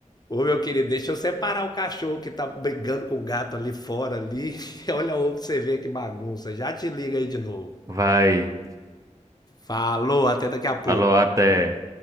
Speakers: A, on the left; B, on the right.
A: Ô, meu querido, deixa eu separar o cachorro que tá brigando com o gato ali fora ali. <laughs> Olha o ovo pra você ver que bagunça. Já te liga aí de novo.
B: Vai.
A: Falou, até daqui a
B: Falou,
A: pouco.
B: até.